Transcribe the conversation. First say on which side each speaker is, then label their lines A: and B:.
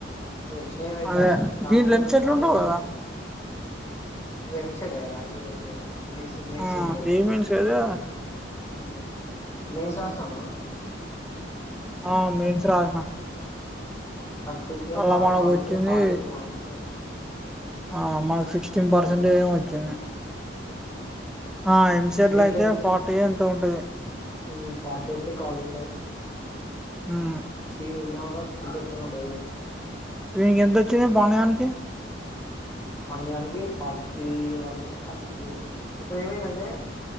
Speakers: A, on the left; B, in the centre.
A: వచ్చినయి పెట్టాలా
B: అదే
A: రాణీవి
B: దీంట్లో ఎంసెట్లు
A: రాాణీవి
B: ఉండవు కదా
A: నువ్వు ఎంసెట్ ఏనా రాసేది ఓకే ఓకే మెయిన్స్ మెయిన్స్
B: ఆ
A: ఉంటది
B: జేఈఈ మెయిన్స్ కదా
A: అ మెయిన్స్ రాసినవా నువ్వు
B: ఆ మెయిన్స్ రాసిన
A: థర్టీ కో
B: అలా
A: కా
B: మనకు
A: క్వాలిఫై
B: వచ్చింది
A: ఫార్టీ కో ఉంటది
B: ఆ అమ్మయ్ సిక్స్టీన్ పర్సెంటేజ్
A: ల
B: ఏమో వచ్చింది ఆ ఎంసెట్
A: దీంట్లో
B: లో అయితే
A: ఎంసెట్
B: ఫార్టీ ఎంతో ఉంటది
A: హుమ్ ఫార్టీ వస్తే క్వాలిఫై
B: ఉమ్
A: సివిలో మస్త్ ఇంట్రెస్టింగ్ ఉంటది కదండి
B: వీనికి ఎంత వచ్చింది బన్ను గానికి
A: బన్ను గానికి ఫార్టీ వన్ ఫార్టీ త్రీ వచ్చి అప్పుడు ఏమైందంటే